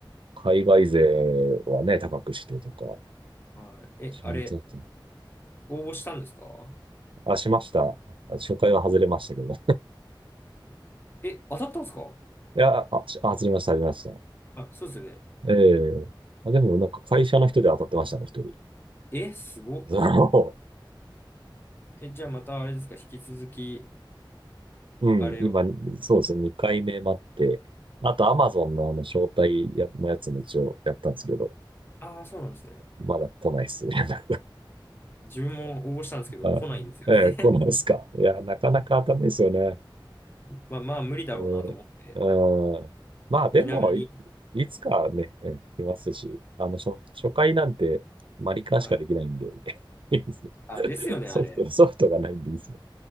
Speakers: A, on the right (about 80°); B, on the left (about 25°).
A: 海外勢はね、高くしてとか。
B: んね。はい。え、
A: ちゃんとやってる
B: あれ、応募したんですか
A: あ、しました。紹初回は外れましたけど。
B: え、当たったんですか
A: いや、あ、しあ外れました、外れました。
B: あ、そうですよね。
A: ええあ、でもなんか会社の人で当たってましたね、一人。
B: え、すごっ。
A: <laughs> そ
B: え、じゃあまたあれですか、引き続き、
A: う。うん、
B: あれを。
A: 今、そうですね、2回目待って。あと、
B: あ
A: アマゾンのあの、招待やのやつも一応やったんですけど、
B: あー、そうなんですね。
A: まだ来ないっすね。<laughs>
B: 自分も応募したんですけど、
A: あ、
B: 来ないんですよね。
A: ええ来ないっすか。いや、なかなか当たんないですよね。
B: <laughs> まあまあ、無理だろうなと思って、
A: えーうん。まあでも、
B: 気長に。
A: い、いつかね、えー来ますし、あの、初、初回なんてマリカーしかできないんで、
B: はい。
A: <laughs> いいですね。
B: あ、ですよね、
A: ソフト、
B: あれ。
A: ソフトがないんでいいですよ。